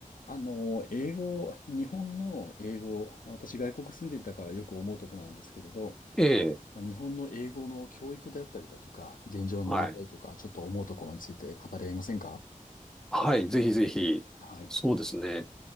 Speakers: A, on the left (about 75°); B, in the centre.
A: あの、英語、日本の英語、私外国住んでいたからよく思うところなんですけれど、
B: ええ、
A: まあ、日本の英語の教育であったりだとか、現状の問題とか、
B: はい。
A: ちょっと思うところについて語り合いませんか
B: はい、ぜひぜひ。
A: はい。
B: そうですね。